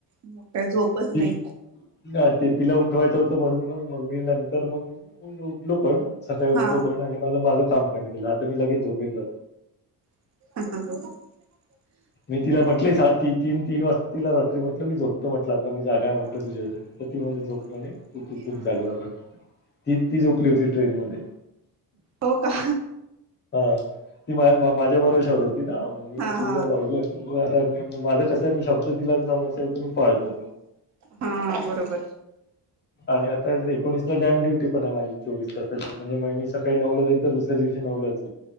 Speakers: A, on the right; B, on the left.
A: मग काय झोपच नाही
B: <unintelligible> ह ते तिला उठवायचं होतं. म्हणून मग मग मी न मग उठलो पण सकाळी उठलो
A: हा
B: पण आणि मला माझा, काम पण केलं आता मी लगेच झोपेन रा,
A: <unintelligible>
B: मी तिला
A: चालेल.
B: म्हटलंय साी तीन तीन वाजता तिला रात्री म्हटलं मी झोपतो म्हटलं. मग जागा म्हटल
A: हा
B: तुझ्यासाठी तर ती म्हंटली झोपा
A: हा
B: म्हणे तु खूप
A: हा
B: जागला म्हने, ती ती झोपली
A: हा
B: होती ट्रेन मध्ये,
A: हो का-
B: हा ती मा माझ्या भरोशावर होती, <unintelligible>
A: हा हा
B: माझं कस. मी शब्द दिला समोरच्यांनी तर तो मी पाळतो.
A: हा बरोबर
B: आणि आता एकोणीसला डॅम डुटी पण आहे, माझी चोवीस तासाची म्हणजे मग मी सकाळी नऊला जाईल तर दुसऱ्या दिवशी नऊलाच